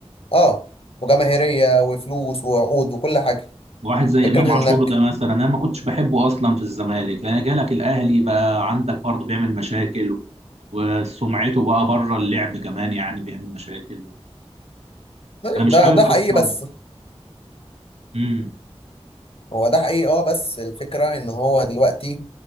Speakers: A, on the left; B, on the right.
A: اه وجماهيريه وفلوس وعقود وكل حاجه
B: واحد زي
A: فكره
B: امام عاشور
A: انك
B: ده مثلا انا ما كنتش بحبه اصلا في الزمالك انا جالك الاهلي بقى عندك برضه بيعمل مشاكل وسمعته بقى بره اللعب كمان يعني بيعمل مشاكل انا مش
A: ده
B: حابب
A: ده حقيقي
B: اصلا
A: بس
B: امم
A: هو ده حقيقي اه بس الفكره ان هو دلوقتي